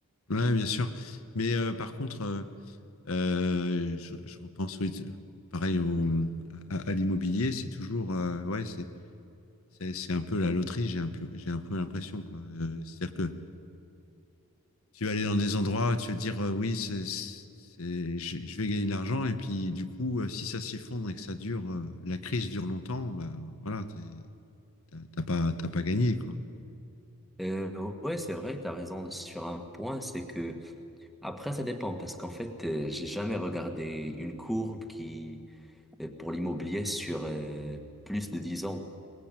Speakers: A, on the left; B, in the centre.
A: Ouais, bien sûr. Mais euh, par contre, euh, Euh, je, je repense, oui, pareil au, à, à l'immobilier, c'est toujours, euh, ouais, c'est, c'est, c'est un peu la loterie, j'ai un, peu- j'ai un peu l'impression, quoi. Euh, c'est-à-dire que tu vas aller dans des endroits, tu vas dire, euh, oui, c'est, c'est, je, je vais gagner de l'argent, et puis du coup, euh, si ça s'effondre et que ça dure, euh, la crise dure longtemps, bah voilà, t'es- t'as t'as pas, t'as pas gagné, quoi.
B: Euh, ouais, c'est vrai, tu as raison sur un point, c'est que Après, ça dépend parce qu'en fait, euh, j'ai jamais regardé une courbe qui euh, pour l'immobilier sur euh, plus de 10 ans.